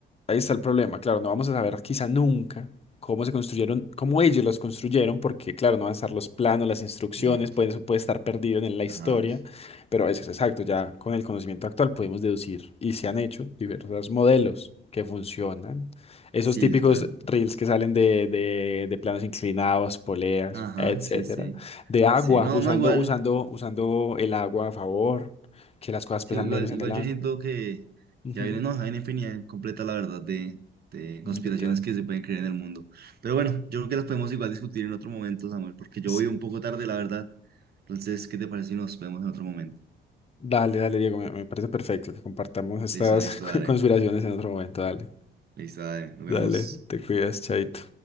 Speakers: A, on the left (about 30°); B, on the right (about 50°).
A: ahí está el problema. Claro, no vamos a saber quizá nunca cómo se construyeron, cómo ellos los construyeron, porque claro, no van a estar los planos, las instrucciones,
B: Y,
A: puede, eso puede estar perdido en la historia,
B: ajá.
A: pero es exacto, ya con el conocimiento actual podemos deducir y se han hecho diversos modelos que funcionan. Esos
B: Sí,
A: típicos
B: total.
A: reels que salen de, de, de planos inclinados, poleas,
B: Ajá,
A: etcétera,
B: sí, sí.
A: de agua,
B: Sí, no,
A: usando,
B: no, igual.
A: usando, usando el agua a favor que las cosas
B: sí,
A: pesan
B: igual,
A: menos en
B: igual
A: el agua.
B: yo siento que,
A: Ujú,
B: que hay una, no, hay una infinidad completa, la verdad, de, de
A: Ya
B: conspiraciones
A: te abrí.
B: que se pueden creer en el mundo. Pero bueno, yo creo que las podemos igual discutir en otro momento, Samuel, porque yo
A: Sí.
B: voy un poco tarde, la verdad. Entonces, ¿qué te parece si nos vemos en otro momento?
A: Dale, dale, Diego, me, me parece perfecto que compartamos estas
B: Listo, listo,
A: <laughs>
B: dale.
A: conspiraciones en otro momento. Dale.
B: Listo, dale. Nos
A: Dale,
B: vemos.
A: te cuidas, chaito.